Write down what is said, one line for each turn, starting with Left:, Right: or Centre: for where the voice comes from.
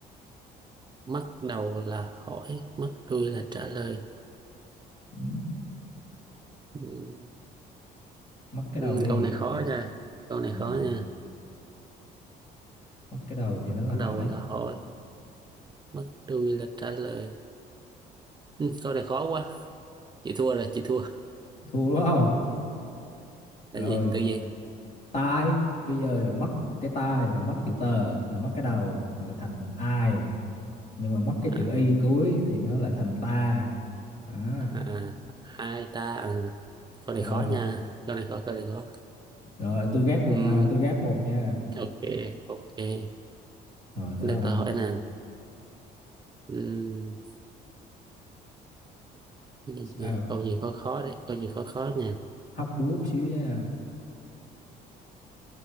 Right: mất đầu là hỏi mất đuôi là trả lời
Left: ừ.
Right: ừ.
Left: mất cái
Right: Ừ.
Left: đầu đi
Right: câu này khó nha câu này
Left: ừ.
Right: khó nha
Left: mất cái đầu thì
Right: mất
Left: nó là hỏi
Right: đầu là hỏi mất đuôi là trả lời ừ. câu này khó quá chị thua rồi chị thua
Left: thua đúng không rồi
Right: là gì từ gì
Left: tai bây giờ mất cái tai và mất chữ tờ là mất cái đầu là thành ai nhưng mà mất cái
Right: à.
Left: chữ y cuối thì nó lại thành ta à,
Right: à, hai ta à, câu này
Left: rồi
Right: khó nha câu này khó câu này khó
Left: rồi tôi gác một
Right: Ừm,
Left: nè tôi gác một nha
Right: ok ok Thế
Left: rồi tới
Right: Để
Left: ông
Right: tôi
Left: ạ
Right: hỏi nè Ừm, cái
Left: sao
Right: nhà- câu gì khó khó đấy câu gì khó khó nè
Left: hóc búa một xíu nha